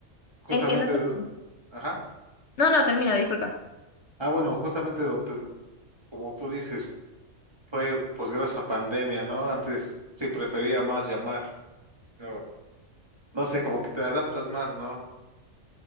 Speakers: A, on the right (about 20°); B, on the left (about 60°).
A: justamente,
B: entiendo que-
A: ajá.
B: No, no, termina, disculpa.
A: Ah, bueno, justamente lo te- como tú dices, fue pues gracias a pandemia, ¿no? Antes sí prefería más llamar, pero no sé, como que te adaptas más, ¿no?